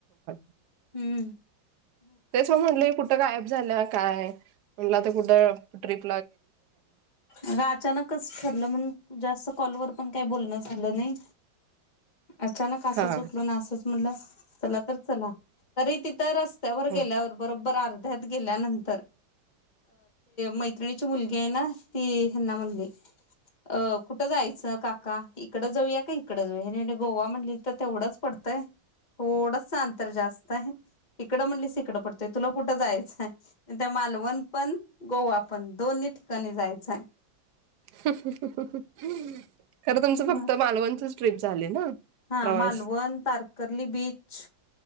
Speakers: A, on the right (about 65°); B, on the left (about 25°).
A: <unintelligible>
B: हं
A: त्याच म्हटलंय कुठं गायब झाल्या काय म्ह कुठ
B: अग अचानकच ठरलं म्हण जास्त कॉलवरर पण काही बोलणं झालं नाही अचानक असं
A: हा
B: सु उटलो ना असंच म्हटलं चला तर चला तरी तिथ वर
A: हम्म
B: गेला बरोब ब अर्ध्यात गेल्यानंतर मै्र मुलगे आहे ना ती ना म्हणले अ कुठ जायचं काका इकड जाऊया का इकडे जाऊया म्हे गोवा म्हणली तर तेवढंच पडतंय थोडं ांतर जास्त आहे इकडं म्हणली त इिकडं पडतय तुला कुठं जायचंय त्या मालवण पण गोवा पण दोन्ही ठिकाणी जायचंय
A: ह ह ह ह खरं तुमचं
B: म
A: फक्त मालवणचच ट्रीप झाली ना
B: हा
A: प्रवास
B: मालवण तारकर्ली बीच